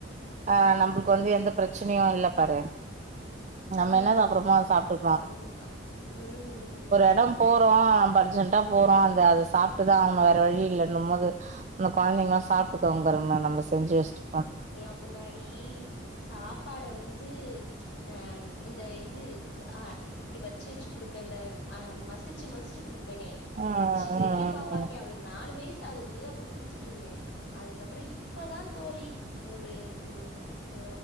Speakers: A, on the right; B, on the left.
A: ஆ நம்மளுக்கு வந்து எந்த பிரச்சனையு இல்ல பாரு நம்ம
B: ஆமா.
A: என்ன சாப்பறமோ அத சாப்பிட்டு
B: கண்டிப்பா ம்ம்
A: எடம் போறோ நம்ம அர்ஜென்டாப் போறோ அந்த அது அத சாப்பிட் இதா ஆவனு வேற வழி இல்லன்னு போது அந்த கொழந்தைங்கலா சாப்பிட்டுக்கவங்க நம்ம செஞ்ச வச்சிட்
B: எல்லா முன்னாடி சாப்பாட வந்து ச் அ இந்த இது அ இப்டி வச்சு வச்சு குடுப்பே இந்த அ மசிச்சு மசிச்சு குடுப்ப பெண்ணே
A: ம்
B: பெரிய
A: ம்
B: பாப்பாக்கே அவளுக்கு நாலுவயஸ் க்வுது அப்பிடி குடுத்துட்டுருந்தே அதுக்கப்புறோ இப்பதா தோழி ஒரு ம் த்